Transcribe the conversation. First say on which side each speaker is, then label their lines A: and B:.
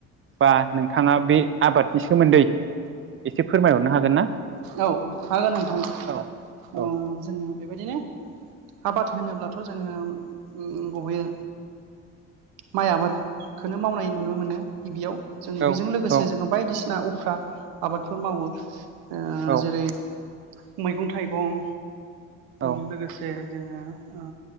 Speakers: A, on the right; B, on the right.
A: बा नोंथाङा बे आबादनि सोमोन्दै एसे फोरमायहरनो हागोन ना?
B: औ हागोन नोंथां
A: औ
B: ओम
A: औ
B: जोङो बेबादिनो आबाद होनोब्लाथ' जोङो उम उम गुबुयै माइ आबादखोनो मावनाय नुनो मोनो गिबियाव जों
A: औ
B: बिजों लोगोसे
A: औ
B: जोङो बायदिसिना उफ्रा आबादफोर मावो। ओ
A: औ
B: जेरै मैगं थाइगं
A: औ
B: उम लोगोसे जे जोङो ओ